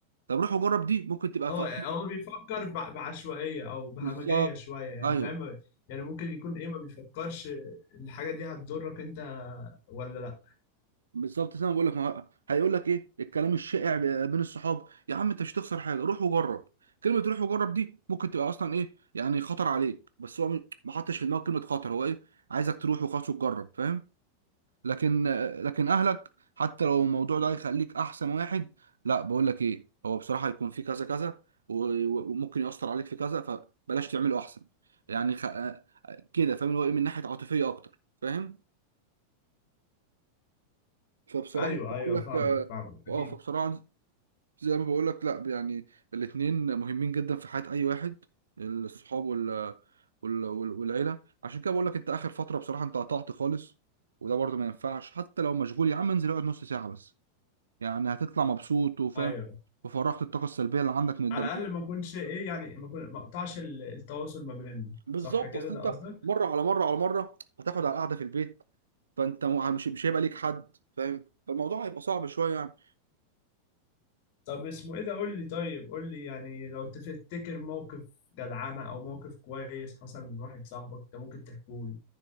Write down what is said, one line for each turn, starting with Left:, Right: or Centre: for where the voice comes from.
Right: طب روح وجرب دي ممكن تبقى
Left: هو
Right: في
Left: هو بيفكر بع- بعشوائية او بهمجية
Right: بالظبط
Left: شوية يعني
Right: ايوه
Left: فاهم يعني ممكن يكون ايه ما بيفكرش الحاجة دي هتضرك انت ولا لا
Right: بالظبط زي ما بقول لك ما هو- هيقول لك ايه الكلام الشائع بين الصحاب يا عم انت مش هتخسر حاجه روح وجرب كلمه روح وجرب دي ممكن تبقى اصلا ايه يعني خطر عليك بس هو م- ما حطش في دماغه كلمه خطر هو ايه عايزك تروح وخلاص وتجرب فاهم لكن لكن اهلك حتى لو الموضوع ده هيخليك احسن واحد لا بقول لك ايه هو بصراحه هيكون في كذا كذا و- و- وممكن ياثر عليك في كذا فبلاش تعمله احسن يعني خ... آه، كده فاهم اللي هو ايه من ناحيه عاطفيه اكتر فاهم فبصراحه
Left: ايوه
Right: بقول
Left: ايوه
Right: لك
Left: فاهمك
Right: اه
Left: فاهمك اكيد
Right: آه، فبصراحة زي ما بقولك لا يعني الاتنين مهمين جدا في حياة أي واحد الصحاب وال... وال... وال... والعيلة عشان كده بقولك أنت آخر فترة بصراحة أنت قطعت خالص وده برضه ما ينفعش حتى لو مشغول يا عم انزل اقعد نص ساعة بس يعني هتطلع مبسوط وفاهم
Left: ايوه
Right: وفرغت الطاقة السلبية اللي عندك من الدم
Left: على الاقل ما اكونش ايه يعني ما أكون- ما اقطعش ال- التواصل ما بيننا
Right: بالظبط
Left: صح كده
Right: اصل
Left: ده
Right: انت
Left: قصدك
Right: مره على مره على مره هتاخد على القعده في البيت فانت مو- مش مش هيبقى ليك حد فاهم فالموضوع هيبقى صعب شويه يعني
Left: طب اسمه ايه ده قول لي طيب قول لي يعني لو تفتكر موقف جدعانة او موقف كويس حصل من واحد صاحبك انت ممكن تحكوا لي